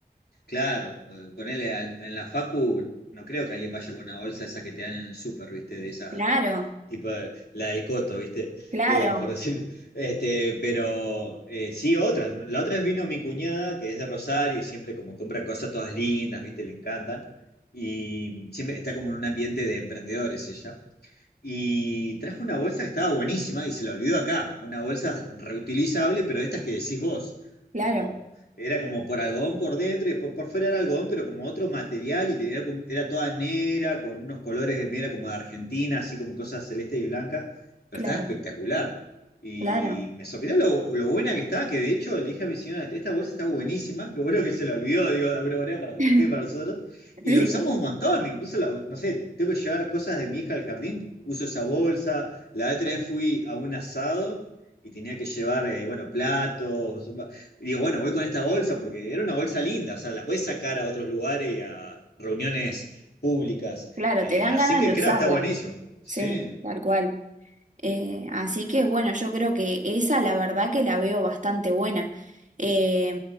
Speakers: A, on the left; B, on the right.
A: claro. eh, Ponele al- en la facu, no creo que alguien vaya con una bolsa esa que te dan en el súper, ¿viste? De esa,
B: Claro,
A: tipo de- la del coto, ¿viste?
B: claro,
A: Eh, por decir, este, pero eh, sí, otra. La otra vez vino mi cuñada, que es de Rosario, y siempre como compra cosas todas lindas, ¿viste? Le encantan. Y siempre está como en un ambiente de emprendedores ella. Y trajo una bolsa que estaba buenísima y se la olvidó acá. Una bolsa reutilizable, pero de estas que decís vos.
B: claro,
A: Como, era como por algodón por dentro y después por fuera era algodón, pero como otro material y tenía, como- era toda negra, con unos colores de negra como de Argentina, así con cosas celeste y blanca. Pero
B: claro,
A: estaba espectacular. Y
B: claro.
A: me sorprendió lo, lo buena que estaba, que de hecho le dije a mi señora, esta bolsa está buenísima, qué bueno que se la olvidó, digo, de alguna manera, para que
B: <laughs>
A: nos quede para nosotros. Y
B: Sí,
A: la usamos un montón, incluso, la- no sé, tengo que llevar cosas de mi hija al jardín, uso esa bolsa. La otra vez fui a un asado y tenía que llevar, eh, bueno, platos. va- y digo, bueno, voy con esta bolsa porque era una bolsa linda, o sea, la puedes sacar a otros lugares y a reuniones públicas.
B: claro,
A: Eh,
B: te dan
A: así
B: ganas
A: que
B: de
A: creo
B: usarla.
A: que está buenísimo. Sí.
B: Sí, tal cual. Eh, así que bueno, yo creo que esa la verdad que la veo bastante buena. Eh,